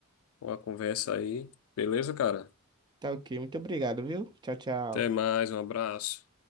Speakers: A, on the left (about 85°); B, on the right (about 20°).
A: a conversa aí. Beleza, cara?
B: Tá ok, muito obrigado, viu? Tchau, tchau.
A: Até mais, um abraço.